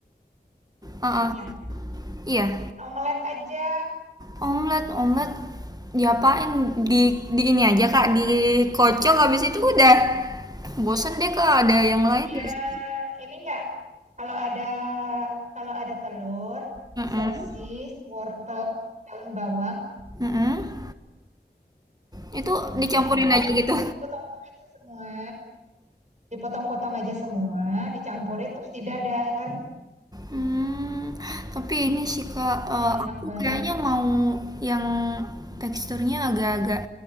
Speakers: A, on the right; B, on the right.
A: Eh,
B: Punya.
A: eh, iya.
B: Bikin omelet aja.
A: Omelet, omelet diapain? Di di ini aja Kak, dikocok habis itu udah. Bosen deh Kak, ada yang
B: Punya
A: lain gak sih?
B: ini nggak? Kalau ada kalau ada telur,
A: Mhm,
B: sosis, wortel, daun bawang,
A: mhm. Itu
B: hmm,
A: dicampurin
B: kalau ada,
A: aja gitu?
B: itu dipotong aja semua, dipotong-potong aja semua, dicampurin terus didadar.
A: Mmm, tapi ini sih Kak, eee,
B: Enak
A: aku
B: banget.
A: kayaknya mau yang teksturnya agak-agak,